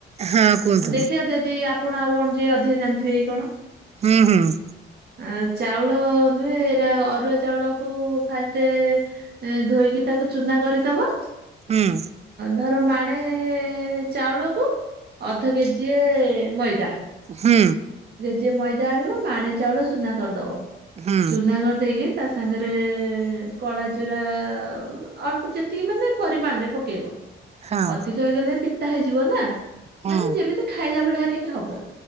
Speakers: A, on the right; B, on the right.
A: ହଁ କୁହନ୍ତୁ
B: ଦେଖିବା ଯଦି ଆପଣ ଆଉ କଣ ଯ ଅଧିକ ଜାଣିଥିବେ ଏଇ କଣ।
A: ହୁଁ ହୁଁ।
B: ଆଉ ଚାଉଳ ନୁହେଁ ଏରା ଅରୁଆ ଚାଉଳକୁ ଫାଷ୍ଟ ଧୋଇକି ତାକୁ ଚୁନା କରିଦବା
A: ହୁଁ
B: ଧର ମାଡେ ଚାଉଳକୁ ଅଧ କେଜି ମଇଦା
A: ହୁଁ।
B: ଯିଏ ମଇଦା ଆଣିବ ମାଣେ ଚାଉଳ ଚ ଚୁନା କରିଦବ ଚ
A: ହୁଁ
B: ସଚୁନା କରିଦେଇକି ତା ସାଙ୍ଗରେ କଳା ଜିରା ଅଳ୍ପ ଯେତିକି ମାନେ ପରିମାଣରେ ପକେଇବ
A: ହଁ
B: ଅଧିକ ହେଇଗଲେ ପିତା ହେଇଯିବ ନା
A: ହଁ
B: ମାନେ ଯେମିତି ଖାଇଲା ଭଳିଆ ଟିକେ ହବ